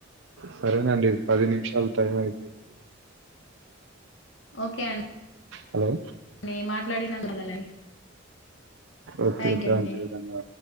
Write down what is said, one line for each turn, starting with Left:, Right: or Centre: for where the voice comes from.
Right: సరేనండి పది నిమిషాలు టైం అయిపోయింది
Left: ఓకేఅం
Right: హలో!
Left: అండి మాట్లాడినము గలై
Right: ఓకే.
Left: థ్యాంక్ యూ
Right: థాంక్
Left: అండి
Right: ధన్యవాదాలు.